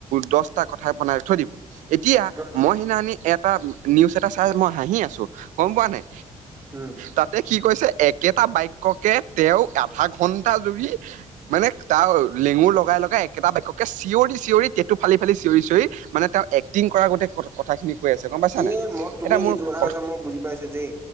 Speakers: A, on the right; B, on the right.
A: দহটা কথা বনাই থৈ দিব এতিয়া
B: হয়
A: মই সিনানি এটা। এটা নিউজ এটা চাই হাঁহি আছো গম পোৱা নাই
B: উম।
A: তাতে। তে কি কৈছে একেটা বাক্যকে তেওঁ আধা ঘণ্টা জুৰি মানে তাৰ লেঙুৰ লগাই লগাই একেটা বাক্যক চিঞৰি চিঞৰি তেটো ফালি ফালি চিঞৰি চিঞৰি। মানে তেওঁ এক্টিং কৰা গোটেই কথাখিনি কৈ আছে গম পাইছানে
B: এ মই তুমি
A: এটা মোৰ
B: যিটো কথা
A: ক
B: কৈছা মই বুজি পাইছো যেই